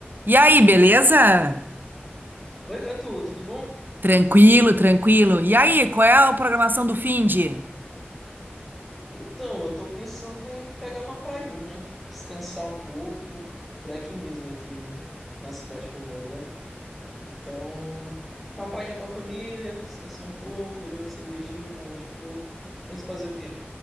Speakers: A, on the right; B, in the centre.
A: E aí, beleza?
B: Oi, Gatu, tudo bom?
A: Tranquilo, tranquilo. E aí, qual é a programação do finde?
B: Então, eu tô pensando em pegar uma prainha, descansar um pouco, por aqui mesmo, aqui na cidade que eu moro, né? Então, uma prainha com a família, descansar um pouco, beber uma cervejinha, uma água de coco. Tu pensa em fazer o quê?